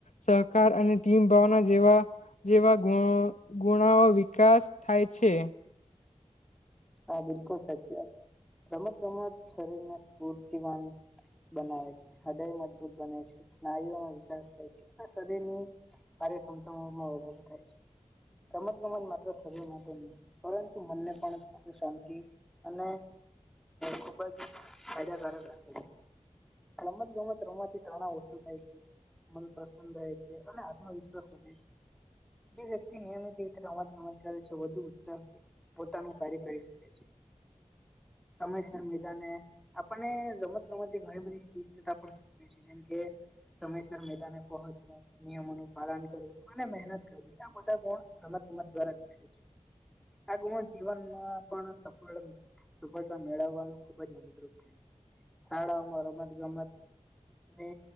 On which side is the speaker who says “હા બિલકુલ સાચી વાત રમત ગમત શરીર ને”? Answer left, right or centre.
Centre